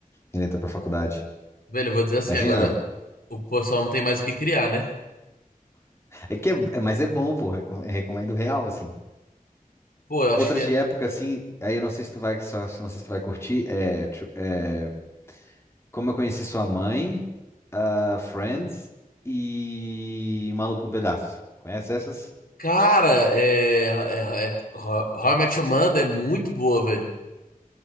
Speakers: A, on the left; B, on the left.
A: Ele entrou pra faculdade.
B: Velho, eu vou dizer assim
A: Imagina,
B: agora.
A: né?
B: O pessoal não tem mais o que criar, né?
A: É que é, é- mas é bom, pô, recom- é, recomendo real, assim.
B: Pô, eu achei.
A: Outras de época, assim, aí eu não sei se tu vai, só, se- não sei se tu vai curtir, é, tru- é, Como Eu Conheci Sua Mãe, ah, Friends e Um Maluco no Pedaço. Conhece essas?
B: Cara, é, é, é, Ho- How I Met Your Mother é muito boa, velho.